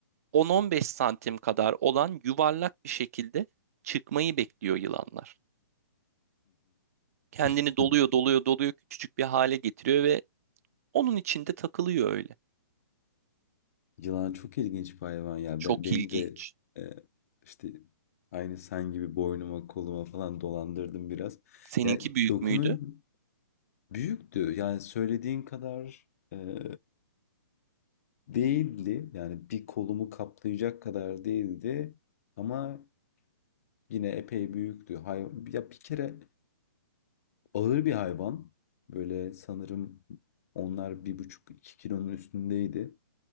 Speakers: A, on the right; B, on the left.
A: 10-15 santim kadar olan yuvarlak bir şekilde çıkmayı bekliyor yılanlar. Kendini
B: <laughs>
A: doluyor
B: <laughs>
A: doluyor doluyor küçücük bir hale getiriyor ve onun içinde takılıyor öyle.
B: Yılan çok ilginç bir hayvan ya.
A: Çok
B: Ben, benim
A: ilginç.
B: de e, işte aynı sen gibi boynuma koluma falan dolandırdım biraz.
A: Seninki
B: Ya
A: büyük
B: dokunun
A: müydü?
B: büyüktü. Yani söylediğin kadar e, değildi. Yani bir kolumu kaplayacak kadar değildi. Ama yine epey büyüktü. Hay ya bir kere ağır bir hayvan. Böyle sanırım onlar bir buçuk iki kilonun üstündeydi.